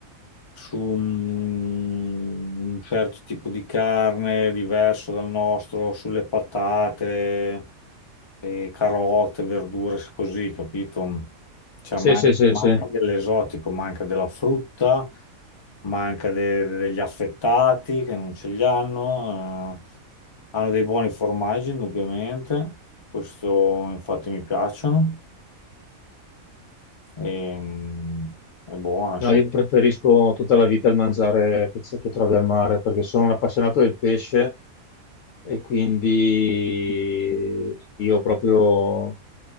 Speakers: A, on the left; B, on the left.
A: su un certo tipo di carne diverso dal nostro, sulle patate, e carote, verdure, così, capito? Cioè,
B: Sì,
A: man-
B: sì, sì,
A: manca
B: sì.
A: dell'esotico, manca della frutta, manca de- degli affettati che non ce li hanno. eh. hanno dei buoni formaggi, indubbiamente. Questo infatti mi piacciono. E, mm, è buono, insomma.
B: No, io preferisco tutta la vita il mangiare che, c'è- che trovi al mare perché sono un appassionato del pesce e quindi io proprio